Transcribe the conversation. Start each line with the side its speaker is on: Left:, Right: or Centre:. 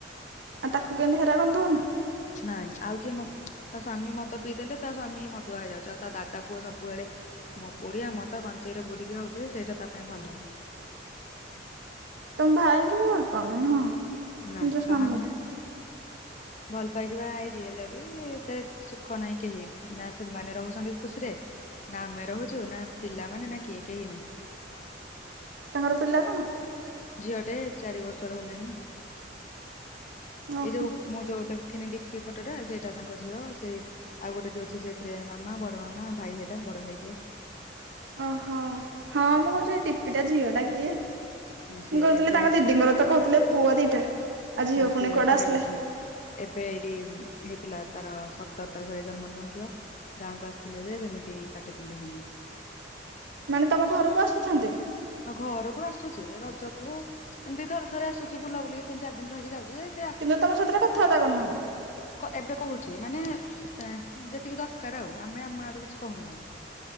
Right: ଆଉ ତାକୁ କେମିତି ହେରା ଗନ୍ଧଉନି?
Left: ନାଇଁ ଆଉ କିଏ ମଦ ତା ସ୍ୱାମୀ ମଦ ପିଇଦେଲେ ତା ସ୍ଵାମୀ ମଦୁଆ ହେଇଯାଉଚି ଆଉ ତା ଦାଦା ପୁଅ ସବୁବେଳେ ମୋ ପୁଡିଆ, ମଦ, ଗଞ୍ଜ୍ ଗଞ୍ଜେଇରେ ବୁଡିକି ରହୁଚି ଯେ ସେଇଟା ତା ପାଇଁ ଭଲ।
Right: ତମ ଭାଇଙ୍କି ବି ଭଲ ପାଉନି ନୁହଁ?
Left: ନା
Right: ନିଜ
Left: କାହାକୁ
Right: ସ୍ୱାମୀ
Left: ନାଇଁ ନା ଭଲ ପାଇକି ବାହା ହେଇଚି ହେଲେବି ସେ ସୁଖ ନାହିଁ କେହି ନା ସେମାନେ ରହୁଚନ୍ତି ଖୁସିରେ ନା ଆମେ ରହୁଚୁ ନା ପିଲାମାନେ, ନା କିଏ, କେହି ନାହିଁ।
Right: ତାଙ୍କର ପିଲା କଣ?
Left: ଝିଅଟେ ଚାରି ବର୍ଷର ହେଲାଣି,
Right: ଓହୋ
Left: ଏଇ ଯୋଉ ମୋ ଯୋଉ ତାକୁ ରଖିନି ଡିପ୍ଟି ଫଟ ଟା ସେଇଟା ତାଙ୍କ ଝିଅ ସେ। ଆଉ ଗୋଟେ ଯୋଉ ଅଛି ସେଥିରେ ମାମା, ବଡ ମାମା, ଭାଇ ସେଟା, ବଡ ଭାଇ ସେ।
Right: ଓହୋ, ହଁ ମୁଁ ସେ ଡିପିଟା ଝିଅଟା କିଏ।
Left: ସିଏ
Right: ମୁଁ କହୁଥିଲି
Left: ଏବେ
Right: ତାଙ୍କ ଦିଦିଙ୍କର ତ କହୁଥିଲେ ପୁଅ ଦିଟା, ଆଉ ଝିଅ ପୁଣି
Left: ସିଏ
Right: କୁଆଡୁ
Left: ଭାଇର
Right: ଆସିଲେ।
Left: ଝିଅ। ଏବେ ଏଇଠି ହେଇଥିଲା ତାର ସତର ତାରିଖରେ ଜନ୍ମଦିନ ହେଇଥିଲା। ଗାଁକୁ ଆସିଥିଲେ ଯେ ଯେମିତି ପାଟିତୁଣ୍ଡ ସେମିତି।
Right: ମାନେ ତମ ଘରକୁ ଆସୁଛନ୍ତି?
Left: ହଁ ଘରକୁ ଆସୁଚି ରଜକୁ ଏମିତି ଥରେ ଥରେ ଆସୁଚି ବୁଲା ବୁଲିି ତିନି ଚାରି ଦିନି ରହିକି ଯାଉଚି ଯେ
Right: କିନ୍ତୁ ତମ ସାଥିରେ କଥାବାର୍ତ୍ତା କରୁନାହାନ୍ତି?
Left: ଏବେ କହୁଚି ମାନେ ଏଁ ଯେତିକି ଦରକାର ଆଉ, ଆମେ ଆମ ଆଡୁ କିଛି କହୁନୁ ତାକୁ।